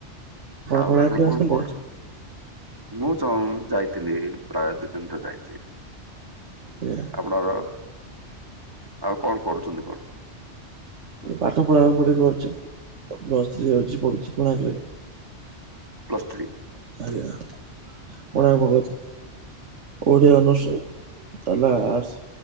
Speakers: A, on the right; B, on the right.
A: ଆଉ
B: କୋଣାର୍କ
A: ଆପଣ କଣ
B: ଆସିଥିଲେ?
A: କରୁଚନ୍ତି? ମୁଁ ଚଁ ଯାଇଥିଲି ପ୍ରାୟ ଦି ତିନି ଥର ଯାଇଚି।
B: ଏହା <unintelligible>
A: ଆପଣର ଆଉ କଣ କରୁଚନ୍ତି କଣ?
B: ପାଠ ପଢା ପଢି କରୁଛି ପ୍ଲ ଥ୍ରୀ ହଉଛି ପଢୁଛି କୋଣାର୍କ ରେ
A: ପ୍ଲସ ଥ୍ରୀ
B: ଆଜ୍ଞା କଣ ଆପଣ କରୁଚି ଓଡ଼ିଆ ଅନର୍ସ ତାହେଲେ ଆଟ୍ସ।